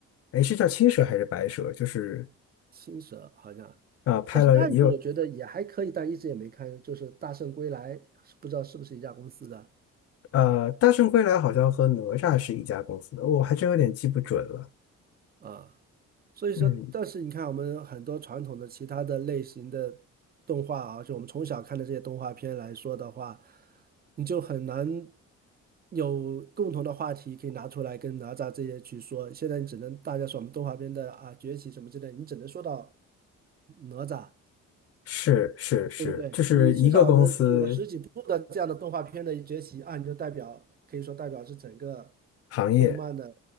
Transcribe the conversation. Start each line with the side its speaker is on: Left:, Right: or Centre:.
Left: 哎，是叫青蛇还是白蛇？就是
Right: 青蛇好像，
Left: 啊、呃拍了也有
Right: 但是那一部我觉得也还可以，但一直也没看，就是《大圣归来》，不知道是不是一家公司的
Left: 呃，《大圣归来》好像和哪吒是一家公司的，我还真有点记不准了。
Right: 啊。所以说，
Left: 嗯，
Right: 但是你看我们很多传统的其他的类型的动画啊，就我们从小看的这些动画片来说的话，你就很难有共同的话题可以拿出来跟哪吒这些去说。现在你只能大家说我们动画片的啊崛起什么之类，你只能说到哪吒。
Left: 是是是，
Right: 对不对？
Left: 就是一个公司
Right: 你至少能说有个十几部的这样的动画片的崛起啊，你就代表可以说代表是整个
Left: 行业，
Right: 动漫的